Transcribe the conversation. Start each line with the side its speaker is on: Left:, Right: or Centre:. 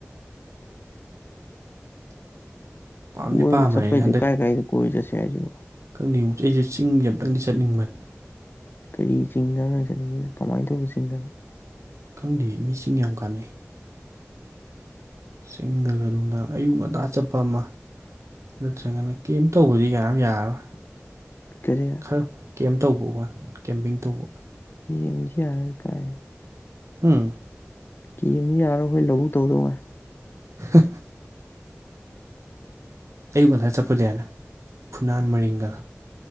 Right: ꯄꯥꯝꯗꯤ
Left: ꯀꯣꯏꯕ
Right: ꯄꯥꯝꯕꯅꯦ
Left: ꯆꯠꯄꯩꯗꯨ ꯀꯥꯏ ꯀꯥꯏꯗ ꯀꯣꯏꯕ ꯆꯠꯁꯦ ꯍꯥꯏꯁꯤꯕꯣ
Right: <unintelligible> ꯑꯩꯖꯦ ꯆꯤꯡꯖꯦ ꯑꯝꯇꯪꯗꯤ ꯆꯠꯅꯤꯡꯕꯅꯤ꯫
Left: ꯀꯔꯤ ꯆꯤꯡꯗꯅꯣ ꯅꯪ ꯆꯠꯅꯤꯡꯉꯤꯁꯦ ꯀꯃꯥꯏꯅ ꯇꯧꯕ ꯆꯤꯡꯗꯅꯣ꯫
Right: ꯈꯪꯗꯦ ꯃꯤꯁꯤꯡ ꯌꯥꯝ ꯀꯥꯟꯅꯩ ꯆꯤꯡꯗꯒ ꯅꯨꯡꯗꯥꯡ ꯑꯌꯨꯛ ꯉꯟꯇꯥ ꯆꯠꯄ ꯑꯃ ꯅꯠꯇ꯭ꯔꯒꯅ ꯀꯦꯝ ꯇꯧꯕꯗꯤ ꯀꯅꯥꯝ ꯌꯥꯔꯔꯣꯏ꯫
Left: ꯀꯔꯤ
Right: ꯈꯔ ꯀꯦꯝ ꯇꯧꯕ ꯋꯥꯟ ꯀꯦꯝꯄꯤꯡ ꯇꯧꯕ
Left: ꯌꯦꯟꯁꯦ ꯌꯥꯔꯔꯣꯏ ꯀꯥꯏ
Right: ꯍꯨꯝ
Left: ꯀꯤꯕꯅ ꯌꯥꯔꯣꯏ ꯑꯩꯈꯣꯏ ꯂꯧꯕꯎ ꯇꯧꯗꯧ ꯉꯥꯢ
Right: <unintelligible> ꯑꯌꯨꯛ ꯉꯟꯗ ꯆꯠꯄꯗꯤ ꯌꯥꯅꯦ ꯐꯨꯅꯥꯟ ꯃꯔꯤꯡꯒ